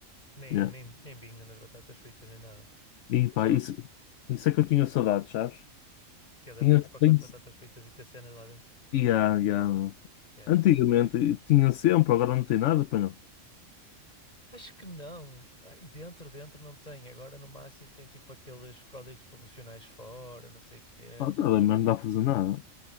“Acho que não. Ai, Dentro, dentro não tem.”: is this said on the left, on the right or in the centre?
Left